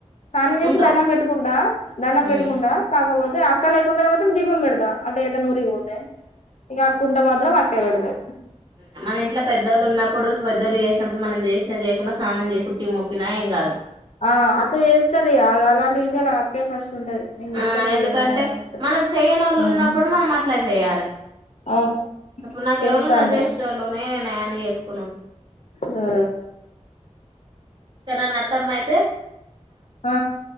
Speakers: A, on the left (about 80°); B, on the right (about 40°).
A: స్నానం చేసి
B: ఉంటావ్
A: దండం పెట్టుకుంటా దండం
B: మ్మ్
A: పెట్టుకుంటా కాకపో దే అక్క లేకుండనపోతే దీపం పెడతా అటే ఎటన్నా ఊరికి ఇంగ అక్కుంటే మాత్రం <inaudible> ఎవడు బె
B: ఊ మనింట్లో పెద్దోళ్లున్నప్పుడు పెద్దోళ్ళు చే చం మనం జేసినా జేయకున్నా స్నానం జేసి కుట్టి మొక్కినా ఏం కాదు
A: ఆ అట్లా చేస్తది అది అలాంటి విషయాలు ఆ అక్కే ఫస్ట్ ఉంటది నేను చేత్త
B: ఆ
A: తీ
B: ఎందుకంటే
A: అని చెప్తది
B: మనకు చెయ్యనోళ్ళున్నప్పుడు
A: ఉమ్
B: మనం అట్లా జేయాలె
A: అవును
B: ఇప్పు నాకు
A: చేస్తా
B: ఎవలున్నారు
A: అంటది
B: జేష్టోళ్లు నేనే యాని ఏస్ పలడు
A: ఆ
B: త్తనాన్న అత్తమ్మ అయితే
A: ఆ